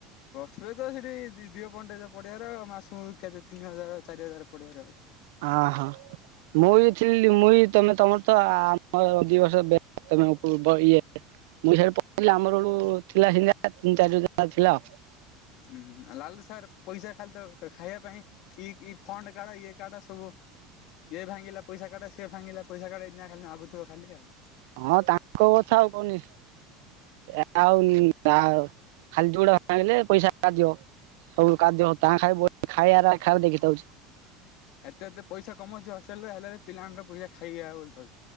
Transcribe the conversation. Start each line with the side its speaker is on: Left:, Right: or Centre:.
Left: ପ୍ରସି ତ ସେଠି ଦି ଦିୀୟ ପଣ୍ଡେ ପଢିବାର ମାସୁକୁ କେତେ ତିନି ହଜାର ଚାରି ହଜାର ପଡିିବାର
Right: ଆହୋ ମୁଁ ବି ଥିଲି ମୁଇ ତମେ ତମର ତ ଆମର ଦି ବର୍ଷ ବେ ଇଏ ମୁଁ ପଥିଲି ଆମର ବେଳୁ ଥିଲା ସିା ତିନି ଚାରି ଜା ଥିଲା ଆଉ।
Left: ଉୁଁ ଲାଲ ସାର୍ ପଇସା ଖାଲି ତ ଖାଇବା ପାଇଁ ଇଇ ଫଣ୍ଡ କାଡ ଇଏ କାଡ ସବୁ ଇଏ ଭାଙ୍ଗିଲା ପଇସା କାଡ ସେଏ ଭାଙ୍ଗିଲା ପଇସା କାଡ ଏଇଆ ଖାଲି ମାଗୁଥିବ ଖାଲି ଆଉ।
Right: ହଁ ତାଙ୍କ କଥା ଆଉ କହନି। ଏ ଆଉ ଖାଲି ଯୋ ହେଲେ ପଇସା ବାହାର ଜୀବ ହୋଊ କାଦ୍ୟ ତାଆଁ ଖାଇବେ ବୋଲି ଖାଇବାର ଖାଉ ଦେଖିଥାଉଛି।
Left: ଏତେ ଏତେ ପଇସା କମଉଛି ଅଷ୍ଟେଲ୍ ରେ ହେଲେବି ପିଲାମା ନ ଙ୍କର ପଇସା ଖାଇଆ ବୋଲିଥାଉଛି